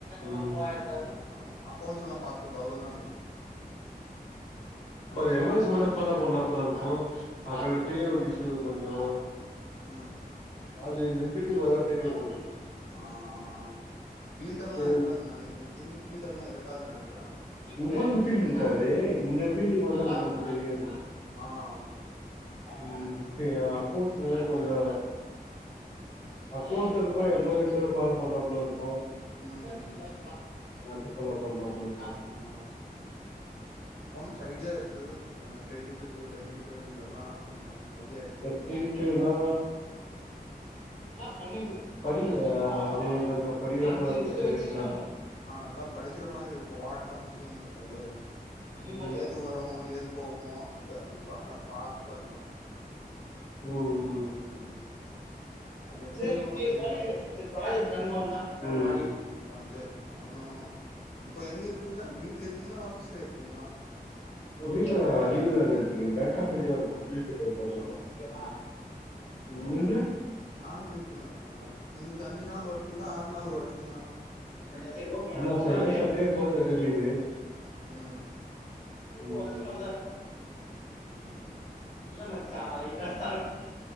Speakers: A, on the left (about 45°); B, on the left (about 80°).
A: பாய் <inaudible>
B: அ அக்கௌண்ட்ஸ் எல்லா பாத்துக்குறது அவ்ளோதானே
A: <unintelligible> எம் ஐ சி மட்டு ஃபாலோ பண்ற மாரி இருக்கும் அப்ப வெப்பயோடிஷு கொஞ்சோ
B: அ
A: அது இந்த ஃபீல்டுக்கு வந்த தெரியு உங்ளுக்கு
B: ஆ ஆ ஆ ஃபீல்டெல்லா
A: பே
B: இருக்காது
A: அவுட்
B: நானி எனக் தெஞ்சி ஃபீல்டெல்லா இருக்காதுன் நெனைக்கிற
A: உங்களுக்கு ஃபீல்டு இருக்காது இந்த பீல்டுக்கு வந்தா உங்ளுக்கு தெரியாதுல்ல
B: ஆ ஆ ஆ
A: அவன் <unintelligible> அக்கவுண்ஸ் ரே கொஞ்சோ அக்கவுண்ஸ் இருக்கும் எம்ளாய்ஸ்ஸ ஃபாலோ பண்றாப்ல இருக்கும்
B: ம்
A: <unintelligible>
B: ம்
A: ராத்திரி ஃபாலோ பண்றாங்களோ
B: உ ஆ அக்கவுண்ட்ஸ் ஐடியா இருக்கு ஏனா கிரெடிட்டுக்கு டெபிட்டு இதெல்லா கொஞ்சோ ஐடியா இருக்கு
A: கத்திகேனா
B: எம் பி
A: கொஞ்சோ படிக்கனு அது கொஞ்சோ படிக்கிற போல இருந்துச்சி பிரைவேட்னா
B: ஆ அத்தா படிக்கிற மாரி இருக்கும் வாட் கம்ஸிங் அது
A: ம்
B: ஏது வருமோ ஏது போ மா அப்டியா அப்டி பானா பாத்கர்தா
A: ம் ம்
B: ம் அது வரைக்கு
A: செரி இப்ப
B: தெரியு
A: <unintelligible> கன்ஃபார்ம் தா ஆ ஆ
B: அதா ஜ ஒன்னு இப்போ எங்க இருக்கீங்க வீட்ல இருக்கீங்களா ஆஃபீஸ்ல இருக்கீங்களா
A: வீட்ல லீவு தா இன்னிக் நீ பேங்க்ஆஃப் இண்டியா வா
B: ஆ ஆ
A: <unintelligible>
B: ஏ
A: <unintelligible>
B: நானு வீட்டுலதா இருக்கேங்க உங்களுக்கு அஞ்சு நாள் ஒர்க்கிங்கா ஆறு நாள் ஒர்க்கிங்கா
A: <unintelligible>
B: ம்
A: ம்
B: ம் ம்
A: இல்ல மச்சா லைட்டா சர்க்